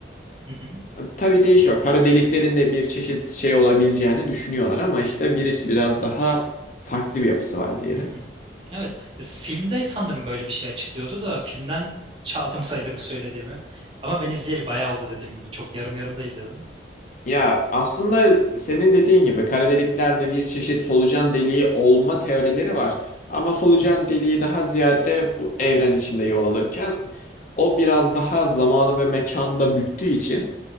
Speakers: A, on the right; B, on the left.
A: Hı hı.
B: Tabii değişiyor. Kara deliklerin de bir çeşit şey olabileceğini düşünüyorlar ama işte birisi biraz daha farklı bir yapısı var diyelim.
A: Hı hı. Evet. E, s- filmde sanırım böyle bir şey açıklıyordu da filmden çaldım sayılır bu söylediğimi. Ama ben izleyeli bayağı oldu dediğim gibi. Çok yarım yarım da izledim.
B: Ya aslında senin dediğin gibi kara deliklerde bir çeşit solucan deliği olma teorileri var. Ama solucan deliği daha ziyade bu evren içinde yol alırken o biraz daha zamanı ve mekanda büktüğü için